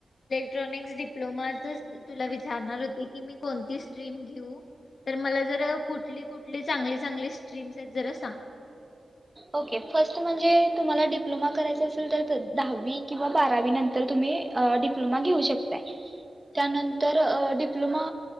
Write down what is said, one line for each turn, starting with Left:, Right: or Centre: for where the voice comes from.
Left: क्ट्रॉनिक डिप्लोमा तेच तुला विचारणार होते की मी कोणती स्ट्रीम घेऊ. तर मला जर कुठली कुठली चांगली चांगली स्ट्रीम्स आहेत जरा सांग.
Right: ओके फर्स्ट म्हणजे तुम्हाला डिप्लोमा करायचा असेल तर, दहावी किंवा बारावी नंतर तुम्ही अ डिप्लोमा घेऊ शकताय. त्यानंतर अ डिप्लोमा